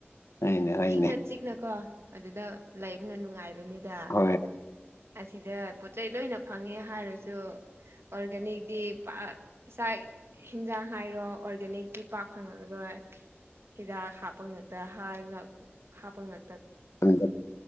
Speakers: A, on the left; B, on the right.
A: ꯍꯣꯏꯅꯦ ꯍꯣꯏꯅꯦ
B: ꯏꯪꯅ ꯆꯤꯛꯅꯀꯣ ꯑꯗꯨꯗ ꯂꯩꯕꯅ ꯅꯨꯡꯉꯥꯏꯕ ꯍꯥꯏꯕꯅꯤꯗ
A: ꯍꯣꯏ
B: ꯑꯁꯤꯗ ꯄꯣꯠ ꯆꯩ ꯂꯣꯏꯅ ꯐꯪꯉꯦ ꯍꯥꯏꯔꯁꯨ ꯑꯣꯔꯒꯥꯅꯤꯛꯇꯤ ꯄꯥꯛ ꯆꯥꯛ ꯏꯟꯖꯥꯡ ꯍꯥꯏꯔꯣ ꯑꯣꯔꯒꯥꯅꯤꯛꯇꯤ ꯄꯥꯛ ꯐꯪꯉꯔꯣꯏ ꯍꯤꯗꯥꯛ ꯍꯥꯞꯄ ꯉꯛꯇ ꯍꯥꯔ ꯍꯥꯞꯄ ꯉ
A: ꯍ